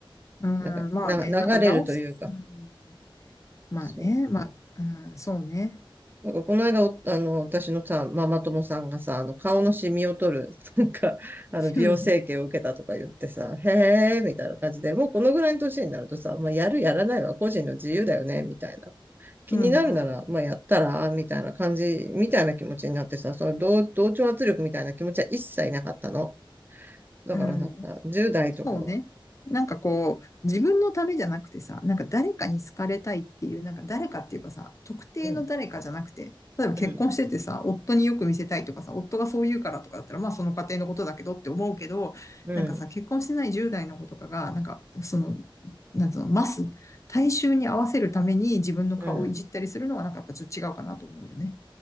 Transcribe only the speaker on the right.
なんか、
な、流れるというか、
そう
なんかこの間お、あの、私のさ、ママ友さんがさ、あの、顔のシミを取る、<laughs> なんか、あの、
美容整形を受けたとか言ってさ、へえー、みたいな感じで、もうこのぐらいの年になるとさ、まあ、やる、やらないは個人の自由だよね、みたいな。気になるなら、
まあ、やったら、みたいな感じ、みたいな気持ちになってさ、その同、同調圧力みたいな気持ちは一切なかったの。だからなんか、
10代とかは、
うん、
うん、
うん、
うん。